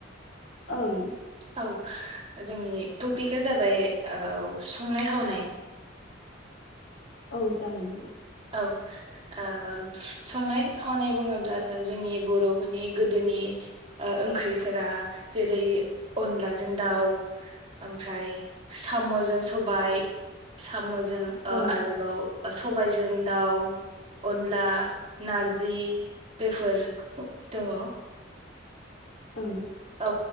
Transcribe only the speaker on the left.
ओं
औ जागोन बेनो।
औ
ओं